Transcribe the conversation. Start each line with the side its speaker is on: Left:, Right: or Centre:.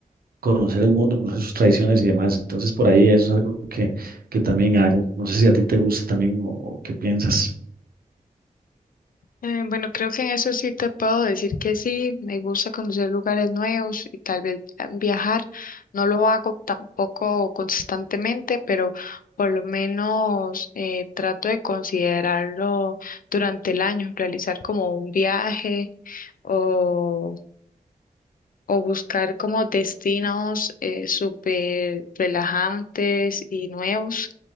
Right: conocer el mundo, conocer sus tradiciones y demás. Entonces, por ahí eso es algo que, que también hago. No sé si a ti te gusta también o, o qué piensas.
Left: Eh, bueno, creo que en eso sí te puedo decir que sí, me gusta conocer lugares nuevos y tal vez eh, viajar. No lo hago tampoco constantemente, pero por lo menos eh, trato de considerarlo durante el año, realizar como un viaje o, o buscar como destinos eh, súper relajantes y nuevos,